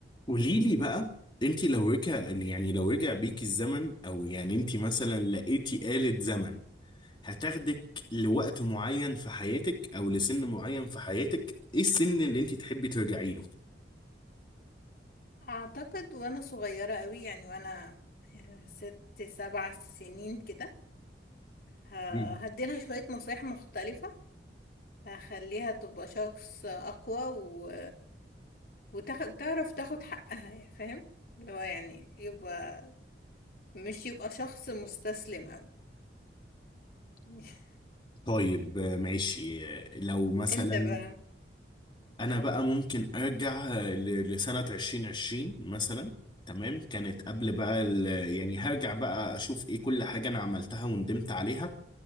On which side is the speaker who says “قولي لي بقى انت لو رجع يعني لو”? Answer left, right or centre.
Left